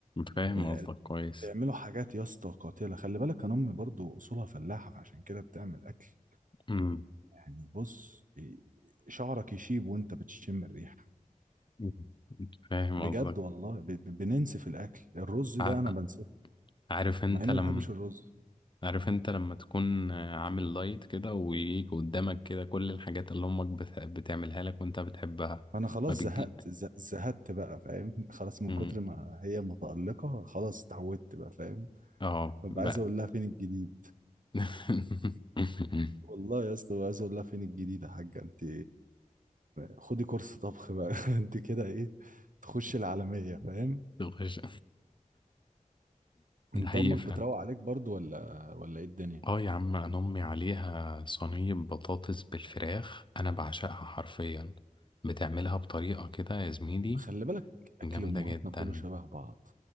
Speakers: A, on the left (about 35°); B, on the right (about 70°).
A: فاهم
B: بي-
A: قصدك كويس
B: بيعملوا حاجات يا اسطى قاتلة خلي بالك انا امي برضو اصولها فلاحة فعشان كده بتعمل اكل
A: مم.
B: يعني بص إيه، شعرك يشيب وانت بتشم الريحة
A: مم. فاهم
B: بجد
A: قصدك
B: والله ب- ب- بننسى في الاكل الرز
A: ع-
B: ده انا بنساه
A: عارف انت
B: مع اني
A: لما
B: ما بحبش الرز
A: عارف انت لما تكون عامل دايت كده ويجي قدامك كده كل الحاجات اللي امك بت... بتعملها لك وانت بتحبها
B: فانا خلاص
A: ما بتجي
B: زهقت ز- زهقت بقى فاهم <laughs> خلاص من
A: مم.
B: كتر ما هي متألقة خلاص اتعودت بقى فاهم
A: اه
B: ببقى
A: بقى
B: عايز اقول لها فين الجديد
A: <laughs>
B: والله يا اسطى ببقى عايز اقول لها فين الجديد يا حاجة انت خدي كورس طبخ بقى <laughs> انت كده ايه تخش العالمية فاهم
A: تخش
B: انت
A: ده حقيقي
B: امك
A: فعلا
B: بتروق عليك برضو ولا ولا ايه الدنيا
A: اه يا عم انا امي عليها صينية بطاطس بالفراخ انا بعشقها حرفيا بتعملها بطريقة كده يا زميلي
B: خلي بالك اكل
A: جامدة
B: امهاتنا
A: جدا
B: كله شبه بعض